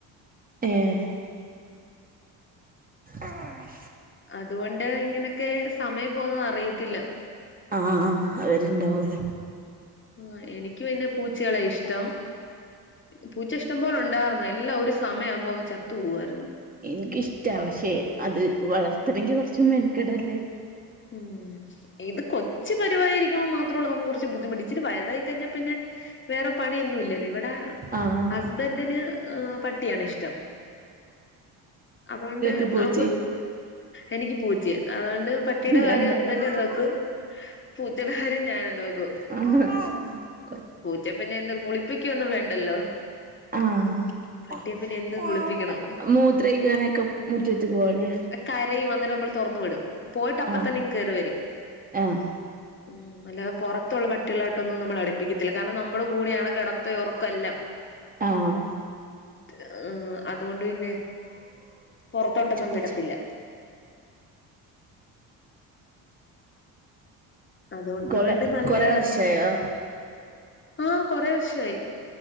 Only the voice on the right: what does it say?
ഏഹ് ആഹ്.
അഹ് അഹ് ആഹ് അവര്ണ്ടാവോലോ.
ഇൻക്കിഷ്ടാ പക്ഷെ അത് വളർത്തണങ്കി കൊറച്ച് മെനക്കെടല്ലേ?
ആഹ്
കേക്ക് പൂച്ചി
രണ്ടാളും
അഹ്
ആഹ്
മൂത്രയിക്കാനൊക്കെ മുറ്റത്ത്ക്ക് പോവല്ലേ
ആഹ്
ആഹ്
ആഹ്
പൂച്ച പൂച്ച
കൊളെ
കൊറെ വർഷായോ